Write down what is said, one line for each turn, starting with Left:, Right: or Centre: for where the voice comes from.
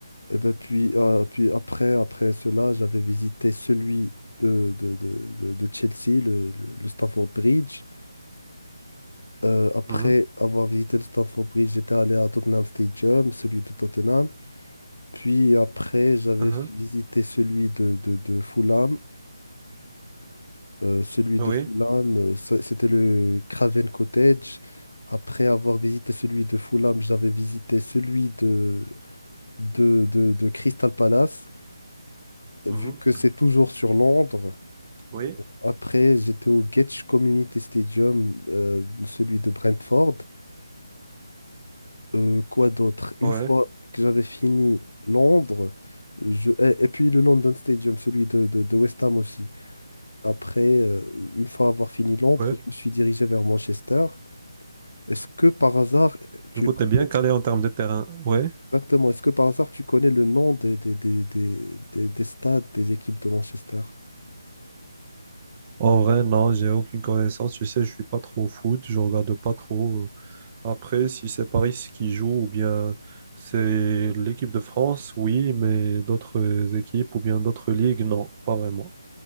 Left: Et ben, puis, euh, puis après, après cela, j'avais visité celui de, de, de, de- de Chelsea, le, le- le Stamford Bridge. Euh, après
Right: Mhm.
Left: avoir visité le Stamford Bridge, j'étais allé à Tottenham Stadium, celui de Tottenham. Puis après, j'avais
Right: Mhm.
Left: visité celui de, de, de Fulham. Euh, celui
Right: Oui,
Left: de Fulham, euh, ça- c'était le Craven Cottage. Après avoir visité celui de Fulham, j'avais visité celui de, de, de, de Crystal Palace, vu
Right: mhm,
Left: que c'est toujours sur Londres.
Right: oui.
Left: Après, j'étais au Getch Community Stadium, euh, celui de Brentford. Euh, quoi d'autre? Une
Right: ouais,
Left: fois que j'avais fini Londres, je... et, et puis le London Stadium, celui de, de de West Ham aussi. Après, euh, une fois avoir fini Londres,
Right: ouais.
Left: je me suis dirigé vers Manchester. Est-ce que par hasard, tu
Right: Du coup,
Left: connais
Right: t'es bien calé en termes de terrain. Ouais.
Left: exactement, est-ce que par hasard tu connais le nom des, des, des, des, des- des stades des équipes de Manchester?
Right: En vrai, non, j'ai aucune connaissance. Tu sais, je suis pas trop au foot, je regarde pas trop. Après, si c'est Paris qui joue ou bien c'est l'équipe de France, oui, mais d'autres équipes ou bien d'autres ligues, non, pas vraiment.